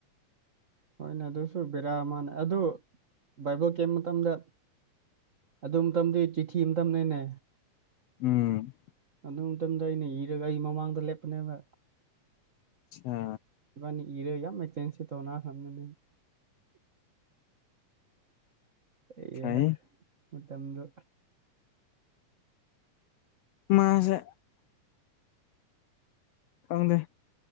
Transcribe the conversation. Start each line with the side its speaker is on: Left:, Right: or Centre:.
Right: ꯍꯣꯏꯅꯦ ꯑꯗꯨꯁꯨ ꯕꯦꯔꯥ ꯃꯥꯅꯦ ꯑꯗꯨ ꯕꯥꯏꯕꯜ ꯀꯦꯝ ꯃꯇꯝꯗ ꯑꯗꯨꯝ ꯇꯝꯗꯤ ꯆꯤꯊꯤ ꯑꯃꯇꯅꯦꯅꯦ
Left: ꯎꯝ
Right: ꯑꯗꯨ ꯃꯇꯝꯗ ꯑꯩꯅ ꯏꯔꯒ ꯑꯩ ꯃꯃꯥꯡꯗ ꯂꯦꯞꯄꯅꯦꯕ
Left: ꯑꯆꯥ
Right: ꯏꯕꯥꯅꯤ ꯏꯔꯒ ꯌꯥꯝ ꯑꯦꯛꯆꯦꯟꯁꯤ ꯇꯧꯅ ꯈꯪꯗꯨꯅꯦ ꯏ
Left: ꯐꯩ
Right: ꯃꯇꯝꯗꯨ
Left: ꯃꯥꯁ ꯈꯪꯗꯦ